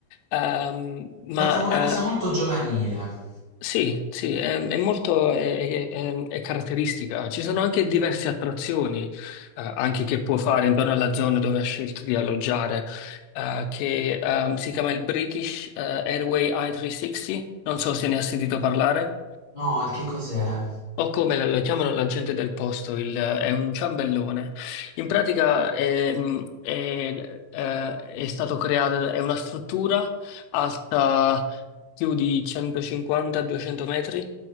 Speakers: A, on the left; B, on the left.
A: Ehm, ma
B: La trovo una
A: eh,
B: cosa molto giovanile.
A: sì, sì, è, è molto è, è- è- è caratteristica. Ci sono anche diverse attrazioni, eh, anche che può fare intorno alla zona dove ha scelto di alloggiare, eh, che ehm, si chiama il British eh, Airway I-360. Non so se ne ha sentito parlare.
B: No, di che cos'è?
A: O come la- lo chiamano la gente del posto, il- è un ciambellone. In pratica è, è, eh, è stato creato, è una struttura alta più di 150-200 metri,